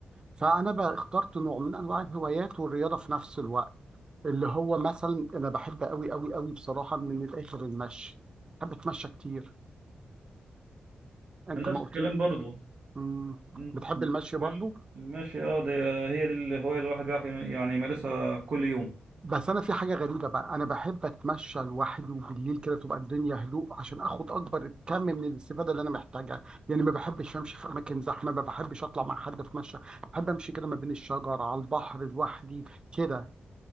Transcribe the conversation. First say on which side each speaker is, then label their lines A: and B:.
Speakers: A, on the right; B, on the right.
A: فانا بقى اخترت نوع من انواع الهوايات والرياضه في نفس الوقت اللي هو مثلا انا بحب قوي قوي قوي بصراحه من الاخر المشي بحب اتمشى كتير انت
B: غير نفس
A: ما
B: الكلام
A: قلت لي
B: برضه
A: مم،
B: مم.
A: بتحب المشي
B: ماشي
A: برضو
B: المشي اه ده هي دي الهواية اللي الواحد بيعرف يعني يمارسها كل يوم
A: بس انا في حاجه غريبه بقى انا بحب اتمشى لوحدي وبالليل كده تبقى الدنيا هدوء عشان اخد اكبر كم من الاستفاده اللي انا محتاجها يعني ما بحبش امشي في اماكن زحمه ما بحبش اطلع مع حد اتمشى بحب امشي كده ما بين الشجر على البحر لوحدي كده